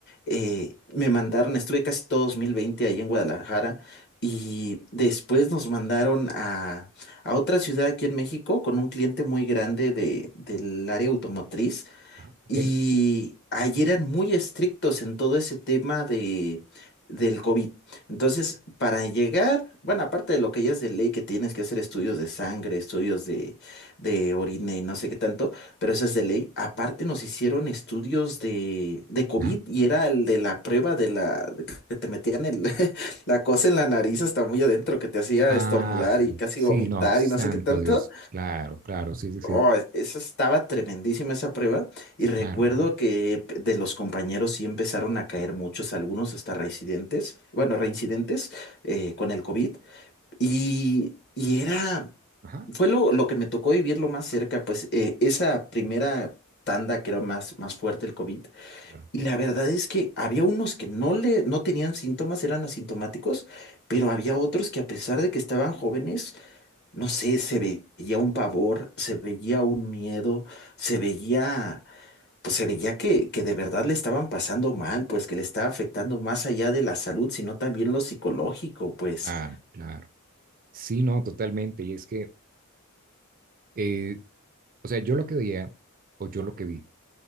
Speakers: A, on the left; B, on the right.
A: eh, me mandaron, estuve casi todo 2020 ahí en Guadalajara y después nos mandaron a, a otra ciudad aquí en México con un cliente muy grande de, del área automotriz
B: ajá, ok,
A: y ahí eran muy estrictos en todo ese tema de, del COVID. Entonces, para llegar, bueno, aparte de lo que ya es de ley, que tienes que hacer estudios de sangre, estudios de, de orina y no sé qué tanto, pero eso es de ley. Aparte nos hicieron estudios de, de COVID
B: ajá.
A: y era el de la prueba de la, de que te metían el, <laughs> la cosa en la nariz hasta muy adentro, que te hacía
B: Ah,
A: estornudar y casi
B: sí,
A: vomitar
B: no, santo
A: y no sé qué tanto.
B: Dios. Claro, claro, sí, sí, sí,
A: Oh, esa estaba tremendísima esa prueba
B: sí,
A: y recuerdo
B: claro. Ajá,
A: que p- de los compañeros sí empezaron a caer muchos, algunos hasta reincidentes, bueno, reincidentes eh, con el COVID y, y era,
B: ajá,
A: fue lo, lo que me tocó vivir lo más cerca, pues eh, esa primera tanda que era más, más fuerte el COVID
B: claro,
A: y la verdad es que había unos que no le, no tenían síntomas, eran asintomáticos, pero había otros que a pesar de que estaban jóvenes, no sé, se veía un pavor, se veía un miedo, se veía, pues se veía que, que de verdad le estaban pasando mal, pues que le estaba afectando más allá de la salud, sino también lo psicológico, pues.
B: claro, claro. Sí, no, totalmente. Y es que, eh, o sea, yo lo que veía, o yo lo que vi,